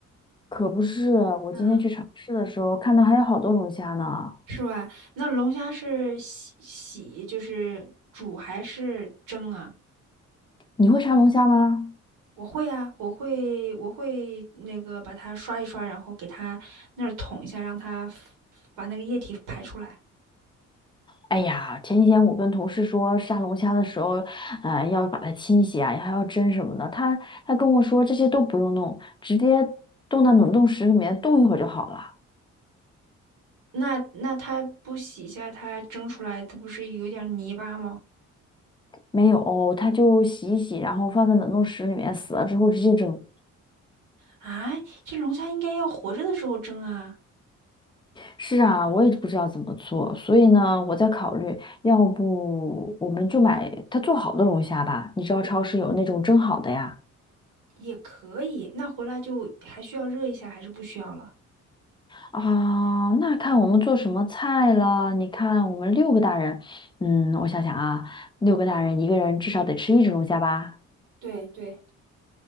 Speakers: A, on the left; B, on the right.
A: 可不是，我今天去超市的时候看到还有好多龙虾呢。
B: 嗯，是吧？那龙虾是洗洗，就是煮还是蒸啊？
A: 你会杀龙虾吗？
B: 我会啊，我会，我会那个把它刷一刷，然后给它那儿捅一下，让它把那个液体排出来。
A: 哎呀，前几天我跟同事说杀龙虾的时候，呃，要把它清洗啊，还要蒸什么的。他他跟我说这些都不用弄，直接冻到冷冻室里面冻一会儿就好了。
B: 那那它不洗一下，它蒸出来，它不是有点儿泥巴吗？
A: 没有，他就洗一洗，然后放在冷冻室里面，死了之后直接蒸。
B: 啊，这龙虾应该要活着的时候蒸啊，
A: 是啊，我也不知道怎么做，所以呢，我在考虑，要不我们就买他做好的龙虾吧？你知道超市有那种蒸好的呀。
B: 也也可以。那回来就还需要热一下，还是不需要了？
A: 啊，那看我们做什么菜了？你看我们六个大人，嗯，我想想啊，六个大人一个人至少得吃一只龙虾吧？
B: 对对，